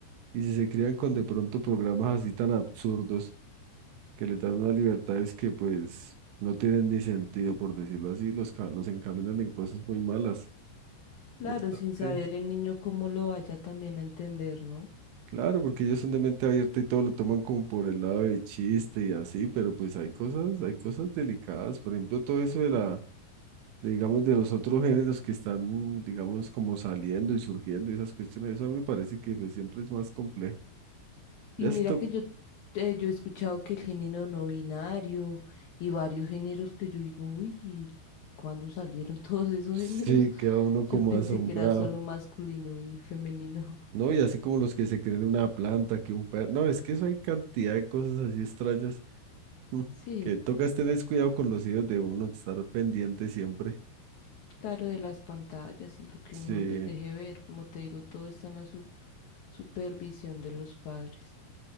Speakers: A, on the right; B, on the left.
A: Y si se crían con de pronto programas así tan absurdos que les dan unas libertades que pues no tienen ni sentido, por decirlo así, los, ca- los encaminan en cosas muy malas.
B: Claro,
A: Bastante.
B: sin saber el niño cómo lo vaya también a entender, ¿no?
A: Claro, porque ellos son de mente abierta y todo lo toman como por el lado de chiste y así, pero pues hay cosas, hay cosas delicadas, por ejemplo, todo eso de la digamos, de los otros géneros que están, digamos, como saliendo y surgiendo y esas cuestiones, eso a mí me parece que pues, siempre es más complejo.
B: Y
A: Ya
B: mira
A: esto
B: que yo, eh, yo he escuchado que el género no binario y varios géneros que yo digo, uy, ¿cuándo salieron <laughs> todos esos
A: sí
B: géneros? <laughs>
A: queda uno como
B: Yo pensé
A: asombrado,
B: que era solo masculino y femenino.
A: ¿no? Y así como los que se creen una planta, que un perro, no, es que eso hay cantidad de cosas así extrañas mm,
B: <laughs> Sí,
A: que tocas tener cuidado con los hijos de uno, estar pendiente siempre.
B: Claro, de las pantallas y lo que
A: Sí,
B: uno les deje ver, como te digo, todo está en la sup- supervisión de los padres.